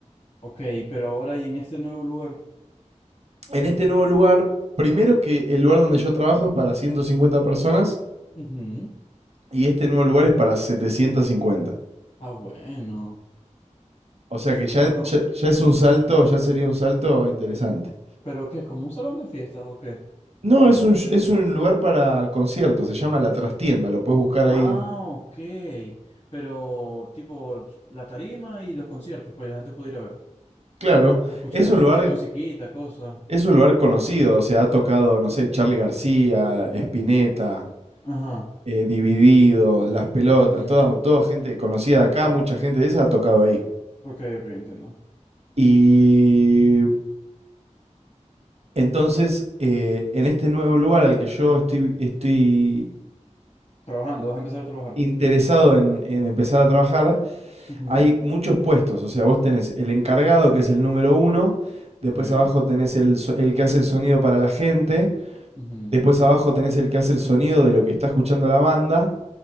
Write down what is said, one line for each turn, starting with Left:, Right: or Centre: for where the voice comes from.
Left: Ok, pero ahora y en este nuevo lugar.
Right: En este nuevo lugar, primero que el lugar donde yo trabajo es para 150 personas
Left: Ujú.
Right: y este nuevo lugar es para 750.
Left: Ah, bueno.
Right: O sea
Left: Eso
Right: que
Left: que
Right: ya,
Left: es un salón.
Right: ya, ya es un salto, ya sería un salto interesante.
Left: ¿Pero qué? ¿Es como un salón de fiestas o qué?
Right: No, es un, sh- es un lugar para conciertos, se llama La Trastienda, lo puedes buscar ahí
Left: Ah,
Right: en...
Left: ok. Pero tipo la tarima y los conciertos, pues la gente puede ir a ver,
Right: Claro,
Left: a escuchar,
Right: es
Left: a
Right: un
Left: escuchar
Right: lugar,
Left: musiquita, cosas.
Right: es un lugar conocido, o sea, ha tocado, no sé, Charly García, Spinetta,
Left: Ajá.
Right: eh, Divididos, Las Pelotas,
Left: mhm,
Right: toda, toda gente conocida de acá, mucha gente de esa ha tocado ahí.
Left: Ok, ok, entiendo.
Right: Y entonces, eh, en este nuevo lugar al que yo estoy, estoy
Left: Trabajando, vas a empezar a trabajar.
Right: interesado en en empezar a trabajar,
Left: Ujú,
Right: hay muchos puestos. O sea, vos tenés el encargado, que es el número uno. Después
Left: Ok.
Right: abajo tenés el, so- el que hace el sonido para la gente.
Left: ujú.
Right: Después abajo tenés el que hace el sonido de lo que está escuchando la banda.